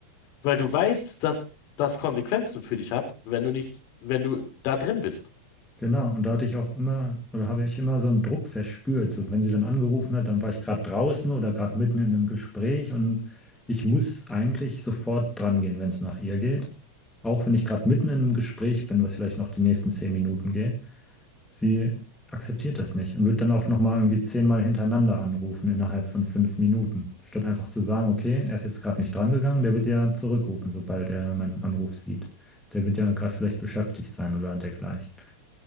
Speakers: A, on the left (about 40°); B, in the centre.
A: weil du weißt, dass das Konsequenzen für dich hat, wenn du nicht, wenn du da drin bist.
B: Genau. Und da hatte ich auch immer, oder habe ich immer so einen Druck verspürt. So, wenn sie dann angerufen hat, dann war ich gerade draußen oder gerade mitten in einem Gespräch und ich muss eigentlich sofort dran gehen, wenn es nach ihr geht. Auch wenn ich gerade mitten in einem Gespräch bin, was vielleicht noch die nächsten zehn Minuten geht. Sie akzeptiert das nicht und wird dann auch nochmal irgendwie zehnmal hintereinander anrufen innerhalb von fünf Minuten, statt einfach zu sagen, okay, er ist jetzt gerade nicht drangegangen, der wird ja zurückrufen, sobald er meinen Anruf sieht. Der wird ja gerade vielleicht beschäftigt sein oder dergleichen.